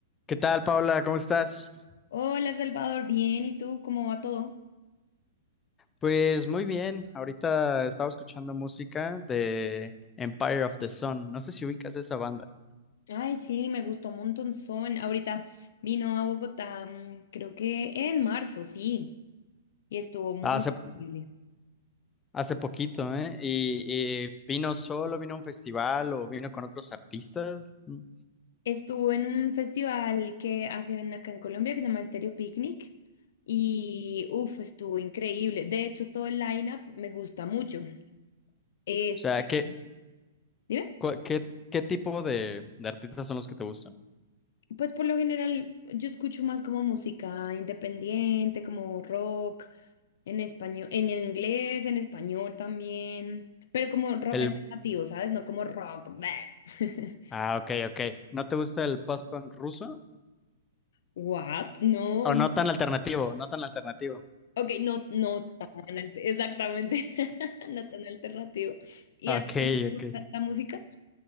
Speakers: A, on the left (about 20°); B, on the left (about 65°).
A: ¿Qué tal, Paula? ¿Cómo estás?
B: Hola Salvador, bien, ¿y tú cómo va todo?
A: Pues muy bien. Ahorita estaba escuchando música de Empire of the Sun. No sé si ubicas esa banda.
B: Ay, sí, me gustó un montonzón. Ahorita vino a Bogotá, mm, creo que en marzo, sí, y estuvo muy
A: Hace,
B: increíble.
A: hace poquito, ¿eh? Y, y vino solo, vino a un festival o vino con otros artistas. Mm. O
B: Estuvo en un festival que hacen acá en Colombia que se llama Stereo Picnic y uff, estuvo increíble. De hecho, todo el lineup me gusta mucho. Este,
A: sea, ¿qué,
B: dime.
A: cua- qué, qué tipo de, de artistas son los que te gustan?
B: Pues por lo general yo escucho más como música independiente, como rock, en español, en inglés, en español también, pero como rock
A: El...
B: alternativo, ¿sabes? No como rock. bleh. <laughs>
A: Ah, ok, ok. ¿No te gusta el post-punk ruso?
B: What? No,
A: ¿O
B: no.
A: no tan alternativo? No tan alternativo.
B: Ok, no, no tan alter- exactamente, <laughs> no tan alternativo. ¿Y
A: Ok,
B: a ti también te
A: ok.
B: gusta esta música?